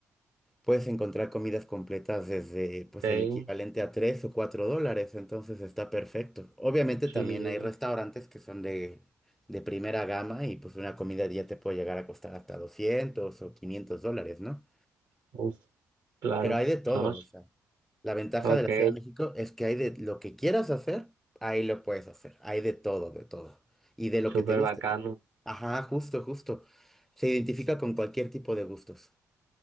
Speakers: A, in the centre; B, on the right.
A: Puedes encontrar comidas completas desde pues
B: ok,
A: el equivalente a 3 o 4 dólares, entonces está perfecto. Obviamente
B: sí,
A: también hay restaurantes que son de, de primera gama y pues una comida ya te puede llegar a costar hasta 200 o 500 dólares, ¿no?
B: uf, claro,
A: Pero hay de todo,
B: no,
A: o sea, la ventaja
B: ok,
A: de la Ciudad de México es que hay de lo que quieras hacer, ahí lo puedes hacer, hay de todo, de todo. Y de lo
B: súper
A: que te guste.
B: bacano.
A: te- Ajá, justo, justo. Se identifica con cualquier tipo de gustos.